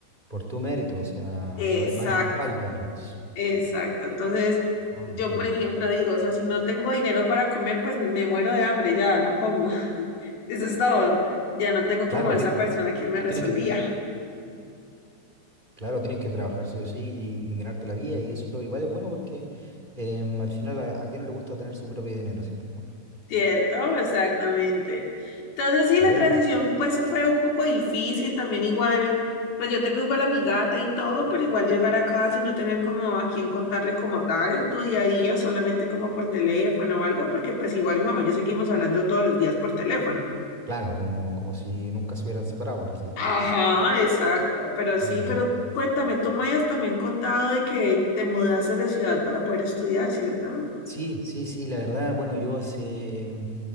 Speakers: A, on the right (about 25°); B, on the left (about 50°).
A: por tu mérito, o sea,
B: Exacto,
A: no hay, no hay respaldo atrás.
B: exacto. Entonces,
A: No,
B: yo,
A: no entiendo.
B: por ejemplo, digo, o sea, si no tengo dinero para comer, pues me muero de hambre, ya no como. <laughs> Eso es todo. Ya no tengo
A: Claro,
B: como esa
A: ti-
B: persona que me resolvía,
A: tienes que, Claro, tienes que trabajar sí o sí y, y ganarte la vida y eso igual es bueno porque em, al final a, a quién no le gusta tener su propio dinero, ¿cierto?
B: <laughs> ¿cierto? Exactamente. Entonces, sí,
A: Bueno,
B: la transición, pues fue un poco difícil también, igual, pues yo tengo igual a mi gata y todo, pero igual llegar acá sin no tener como a quien contarle como tal tu día a día, solamente como por teléfono o algo, porque pues igual mi mamá y yo seguimos hablando todos los días por teléfono.
A: claro, como, como si nunca se hubieran separado, por decirlo
B: Ajá,
A: así.
B: exacto, pero sí,
A: Muy bien.
B: pero cuéntame, tú me has también contado de que te mudaste de ciudad para poder estudiar, ¿cierto?
A: Sí, sí, sí, la verdad, bueno, yo hace em,